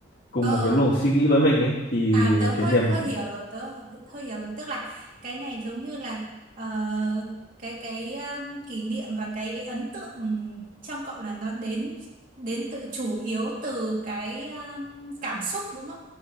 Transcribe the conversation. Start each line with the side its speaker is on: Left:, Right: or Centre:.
Left: cùng
Right: ờ
Left: một cái luồng suy nghĩ với mình ấy thì
Right: À tớ
Left: cái
Right: hơi
Left: niềm
Right: hơi hiểu rồi, tớ hơi, hơi hiểu rồi, tức là cái này giống như là ờ, cái cái um, kỷ niệm và cái ấn tượng trong cậu là nó đến đến tự chủ yếu từ cái um, cảm xúc đúng không?